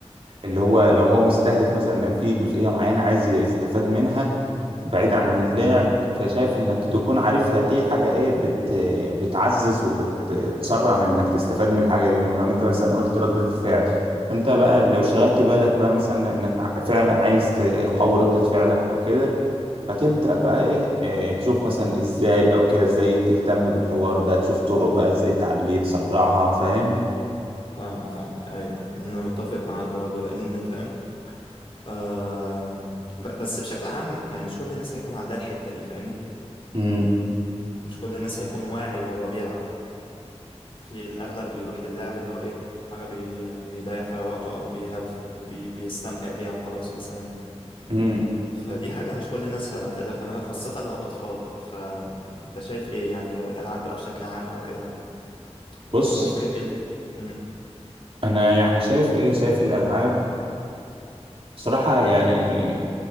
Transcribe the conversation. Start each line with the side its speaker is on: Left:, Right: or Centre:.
Right: اللي هو لو هو مستهدف مثلا إن في جزئية معينة عايز يستفاد منها بعيدا عن اللعب فشايف انك تكون عارفها دي حاجة ايه بت بتعزز وبتسرع من انك تستفاد من الحاجة دي لما انت مثلا قلت ردة الفعل انت بقى لو شغلت بالك بقى مثلا انك ع- فعلا عايز تقوي ردة فعلك او كده فتبدأ
Left: امم
Right: بقى إيه آه، تشوف مثلا إزاي أو كده إزاي تهتم بالحوار ده تشوف طرق بقى إزاي تعليه تسرعها فاهم
Left: فاهمك فاهمك أيوه أيوه أنا متفق معاك برضه لأن فاهم آه ب- بس بشكل عام يعني مش كل الناس هيكون عندها الحتة دي فاهمني
Right: امم
Left: مش كل الناس هيكون واعي وهو بيلعب في الأغلب بيروح للعب اللي هو إيه حاجة بي بيضيع فيها وقته أو بيهاف بي بيستمتع بيها وخلاص مثلا
Right: مم.
Left: فدي حاجة مش كل الناس هتقدر تعملها خاصة لو أطفال فأنت شايف إيه يعني لو الألعاب بقى بشكل عام أو كده
Right: بص
Left: ممكن إيه ال مم.
Right: أنا يعني شايف إيه شايف الألعاب صراحة يعني